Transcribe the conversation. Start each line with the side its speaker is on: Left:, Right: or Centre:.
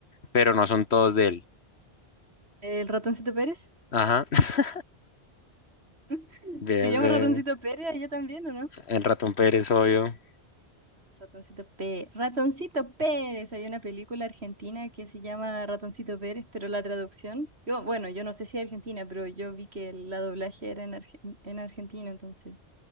Left: pero no son todos de él.
Right: ¿El ratoncito Pérez?
Left: Ajá, <laughs>
Right: <laughs>
Left: bebe,
Right: ¿Se llama ratoncito Pérez allá también, o no?
Left: el ratón Pérez, obvio.
Right: Ratoncito Pérez. Ratoncito Pérez. Hay una película argentina que se llama Ratoncito Pérez, pero la traducción, yo, bueno, yo no sé si es argentina, pero yo vi que la doblaje era en, Argen- en Argentina, entonces